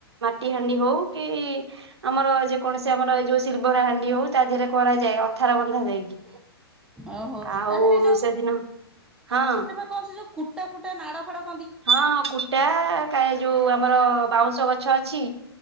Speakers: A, on the right; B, in the centre.
A: ମାଟି ହାଣ୍ଡି ହଉ କି ଆମର ଯେକୌଣସି ଆମର ଏଇ ଯୋଉ ସିଲ୍ଭର ହାଣ୍ଡି ହଉ ତା ଦେହରେ କରାଯାଏ ଅଥାର ବନ୍ଧା ଯାଇକି।
B: ଓହୋ
A: ଆଉ
B: ତା ଦେହରେ
A: ସେଦିନ ହଁ।
B: ହଁ ସେ ଯୋଉ କୁଟା ଫୁଟା ନାଡ଼ ଫାଡ଼
A: ହଁ କୁଟା କା ଯୋଉ ଆମର ବାଉଁଶ ଗଛ ଅଛି